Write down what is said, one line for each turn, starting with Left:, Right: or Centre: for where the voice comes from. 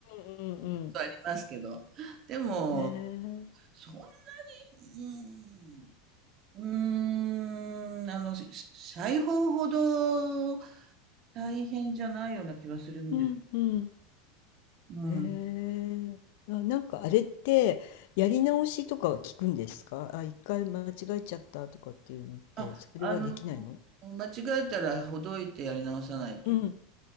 Left: うんうん
Right: とありますけど。でも、
Left: うん。へえ、
Right: そんなに、うん、うーん、あの、し裁縫ほど大変じゃないような気はするんで。
Left: うんうん。
Right: うん。
Left: へえ。あ、なんかあれって、やり直しとかは聞くんですかあ、一回間違えちゃったとかっていうのって、
Right: あ、
Left: それはできないの
Right: あの、間違えたらほどいてやり直さないといけない。
Left: うん、